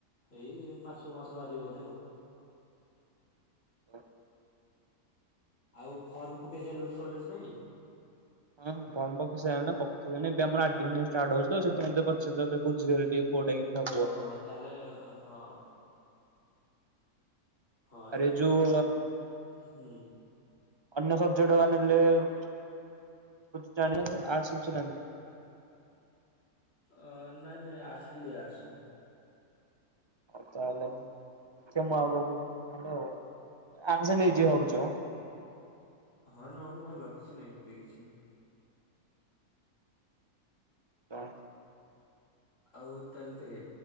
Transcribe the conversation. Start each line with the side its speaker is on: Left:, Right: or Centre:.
Left: ଏଇ ମାସ କୁ ମାସ ବାହାରିବ ବୋଧେ ଆଉ।
Right: ଓ ହ।
Left: ଆଉ ଫର୍ମ ପକେଇ ସାରିଲୁଣି କଲେଜ ପାଇଁ।
Right: ହଁ ବ ପକ ସଣି ପବେ ଆର ଆ ାର୍ଟ ହଉଛି ତ ସେଥିପାଇ ପଚିଲେ ବୁଝିଗଲେ ଟିକେ କୋଟା କେମି <unintelligible>
Left: ଓହୋ ତାହେଲେ ହଁ। ହଁ
Right: ଆରେ
Left: ଏ
Right: ଯୋଉ
Left: ଏମିତି ହୁଁ।
Right: ଅନ୍ୟ ସବଜେକ୍ଟ ବା ନେଲେ ଜାଣ ବୁ ନା ଆର୍ଟ୍ସ ଜାଣିବୁ।
Left: ଅ ନାଇଁ ନାଇଁ ଆ ଖାଲିଆ ଆର୍ଟ୍ସ।
Right: ହଉ ତାହେଲେ ମୁଁ ଦେଖେଆଉ କାହାକୁ ମୁଁ ଆଗକୁଲେ ଆଉ ଆର୍ଟ୍ସ
Left: ହଁ
Right: ନେଇଯିବି ଭାବୁଛି ମୋ।
Left: ହଁ ନଉନୁ ଭଲ କିଛି ନାହିଁ ହିନ୍ଦୀ କିଛି ନାହିଁ।
Right: କଣ।
Left: ଆଉ ତାହେଲେ ଟିକେ।